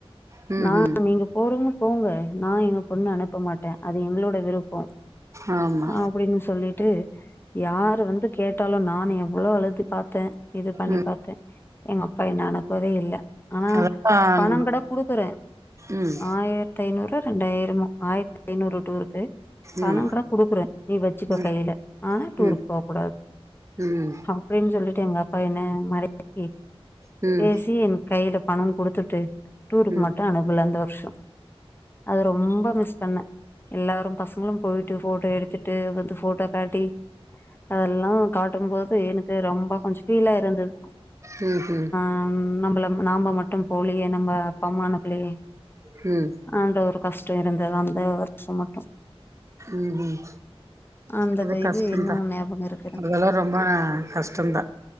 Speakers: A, on the right; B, on the left.
A: ம்
B: நா,
A: ம்
B: நீங்க போறிங்க. போங்க நா எங்க பொண்ண அனுப்ப மாட்டே அது எங்களோட விருப்பொ.
A: ஆமா
B: அப்படின்னு சொல்லிட்டு யாரு வந்து கேட்டாலு நானு எவ்வளோ அழுது பார்த்தே. இது பண்ணி
A: ம்
B: பாத்தே, எங்க அப்பா என்ன அனுப்பவே இல்ல. ஆனா
A: அதா
B: பணொங்கட
A: ம்
B: குடுக்குறே
A: ம்
B: ஆய.. தைநூறோ ரெண்டாயிரமோ ஆயிரத்தைநூறு டூருக்கு. பணொங்கூட
A: ம்
B: கூக்குறே, நீ வச்சுக்க
A: ம்
B: கையில ஆனா டூருக்
A: ம்
B: போக் கூடாத்.
A: ம் ம்
B: அப்படிஞ்சொல்லிட்டு எங்க அப்பா என்ன மறக்கி
A: ம் ம்
B: பேசி என் கைல பணொங்குடு.. துட்டு டூருக்
A: ம்
B: மட்டு அனுப்பல அந்த வருஷொ. அது ரொம்ப.. ம்ப மிஸ் பண்ணே எல்லாரும் பசங்கலும் போய்ட்டு ஃபோட்டோ எடுத்துட்டு வந்து ஃபோட்டோ காட்டி.. அதெல்லா காட்டும் போது எனக்கு ரொம்ப கொஞ் ஃபீலா இருந்தது.
A: ம் ம்
B: ம் நம்மள நாம மட்டு போலியே நம்ம அப்பாம்மா அனுப்பலயே.
A: ம்
B: அந்த ஒரு கஷ்டம் இருந்தது அந்த வருஷம் மட்டும்
A: ம் ம்
B: அந்த
A: அது கஷ்டோந்தான்
B: இது இன்னு ஞாபகோ இருக்கு எனக்கு
A: அதெல்லாம் ரொம்ப கஷ்டம் தான்